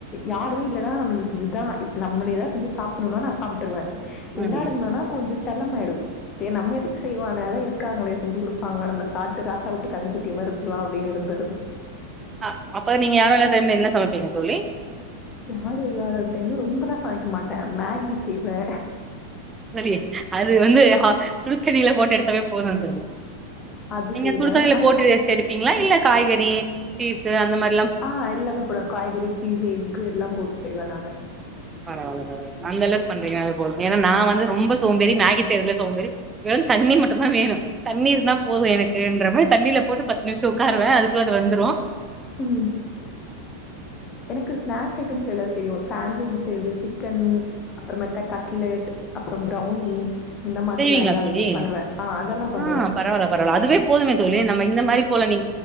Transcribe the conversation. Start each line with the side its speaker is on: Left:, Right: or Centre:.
Left: யாருமே இல்லனா நம்மளுக்கு இதுதா இப் நம்மளே தா செஞ்சு சாப்புணுன்னா நா சாப்ட்டுருவே
Right: ம்
Left: எல்லார் கொஞ்ச செல்லமாயிடு சேர் நம்ம எதுக்கு செய்வான அதா இருக் காங்களே செஞ்சு குடுப்பாங்க நம்ம சாட்டு ராசா ஊட்டு கண்ணுக்குட்டி மாரி இருக்லா அப்டின்னு இருந்தரது
Right: ஆ அப்ப நீங்க யாரோ இல்லாத டைம்ல நீங்க என்ன சமப்பீங்க தோழி
Left: யாரு இல்லாத டைம்ல ரொம்பெல்லா சமைக்க மாட்டே மேகி செய்வே
Right: மதி அது வந்து சுடுதண்ணில போட்டு எடுத்தவே போதுன்ற
Left: அது
Right: நீங்க
Left: செய்வே
Right: சுடுதண்ணில
Left: அப்புறோ
Right: போட்டு எஸ் எடுப்பீங்ளா இல்ல காய்கறி சீசே அந்த மாரி
Left: ஆ எல்லாமே போடுவே காய்கறி சீஸ்சு எக்கு எல்லா போட்டு செய்வே நானு
Right: பரவால பரவால அந்தளக் பண்றீங்க அது போது ஏன்னா நா வந்து ரொம்ப சோம்பேறி மேகி செய்றதுல சோம்பேறி வெறும் தண்ணி மட்டோந்தா வேணு தண்ணி இருந்தா போதோ எனக்குன்ற மா தண்ணில போட்டு பத்து நிமிஷம் உக்காருவே அதுக்குள்ள அது வெந்துரோ
Left: உம் எனக்கு ஸ்நாக்ஸ் ஐட்டம்ஸ் எல்லா தெரியு சேன் வெஜ் செய்றது சிக்கன் அப்பறமேட்ட கட்லெட் அப்புறோ ப்ரௌனி இந்த மாதிரிலாம்
Right: செய்வீங்ளா
Left: எல்லாமே
Right: தோழி
Left: பண்ணுவேன். ஆ அதெல்லாம் பண்ணுவேன்.
Right: ஆ பரவால பரவால அதுவே போதுமே தோழி நம் ம இந்த மாரி போல நீ